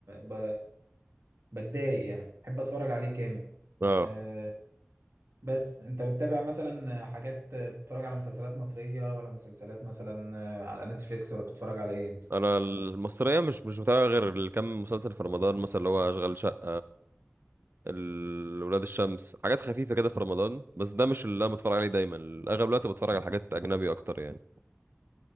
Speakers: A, on the right; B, on the right.
A: ب... بتضايق يعني بحب اتفرج عليه كامل
B: اه
A: أه بس انت بتتابع مثلا حاجات بتتفرج على مسلسلات مصرية ولا مسلسلات مثلا على نتفليكس ولا بتتفرج على ايه انت؟
B: انا المصريه مش مش بتابع غير الكم مسلسل في رمضان مثلا اللي هو اشغال شقه ال- ولاد الشمس حاجات خفيفة كده في رمضان بس ده مش اللي انا بتفرج عليه دايما اغلب الوقت بتفرج على حاجات اجنبي اكتر يعني